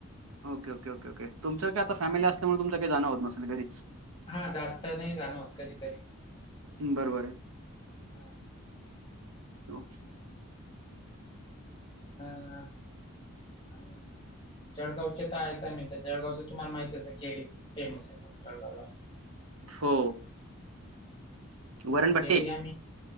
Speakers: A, on the right (about 80°); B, on the left (about 25°).
A: ओके ओके ओेओके तुमच्या कां आंता फॅमिली असल्यांमुळे तुमचं कांहीं जाणं होतं नसेल घरीचं
B: हां जास्तं नाहीं जाणंवतं कधींतरी
A: बरोबर आहे.
B: हां
A: हो
B: हां आणि जळगांवचे तरं आहे मी तरं जळगांवचे तुम्हांला माहित असं केरी फेमस आहे मगं जळगांवला
A: हो वरणबट्टी.
B: केडयां